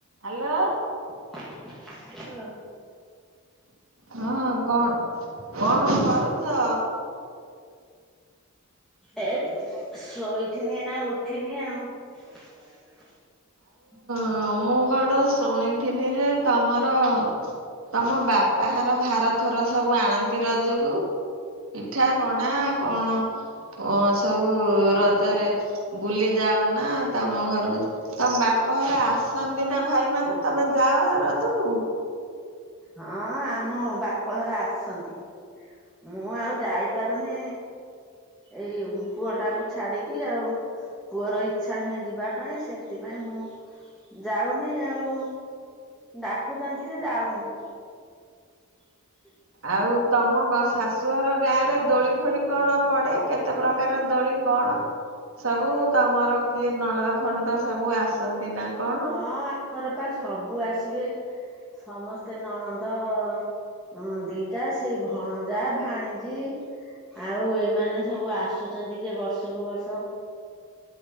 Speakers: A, on the right (about 60°); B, in the centre.
A: Hello.
B: Hello.
A: ହଁ କଣ କଣ କରୁଚ?
B: ଏ ମୁଁ ଶୋଇଥିନି ଏଇନା ଉଠିନି ଆଉ। <unintelligible>
A: ହଁ ମୁଁ କଣ ଶୁଣିଥିଲି ଯେ ତମର ତମ ବାପା ଘର ଭାର ଥୋର ସବୁ ଆଣନ୍ତି ରଜକୁ? ପିଠା ପଣା କଣ କଣ ସବୁ ରଜରେ ବୁଲି ଯାଅ ନା ତମ ଘରେ ତମ ବାପଘର ଆସନ୍ତି ନା ଭାଇ ମାନେ ତମେ ଯାଅ ରଜକୁ?
B: ହଁ ଆମ ବାପଘର ଆସନ୍ତି। ମୁଁ ଆଉ ଯାଇପାରୁନି ଏଇ ପୁଅ ଟାକୁ ଛାଡିକି ଆଉ। ପୁଅର ଇଚ୍ଛା ନୁହେଁ ଯିବା ପାଇଁ ସେଥିପାଇଁ ମୁଁ ଯାଉନି ଆଉ ଡାକୁଛନ୍ତି ଯେ ଯାଉନି। ହଁ <unintelligible>
A: ଆଉ ତମ ତମ ଶାଶୁଘର ଗାଁ ରେ ଦୋଳି ଫୋଳି କଣ ପଡେ କେତେ ପ୍ରକାରର ଦୋଳି କଣ? ସବୁ ତମର କିଏ ନଣନ୍ଦ ଫଣନ୍ଦ ସବୁ ଆସନ୍ତି ନା? କଣ?
B: ହଁ ଆମର ପା ସବୁ ଆସିବେ ସମସ୍ତେ ନଣନ୍ଦ ହଁ ଦିଟା ସେଇ ଭଣଜା ଭାଣିଜି ଆଉ ଏମାନେ ସବୁ ଆସୁଛନ୍ତି ଯେ ବର୍ଷକୁ ବର୍ଷ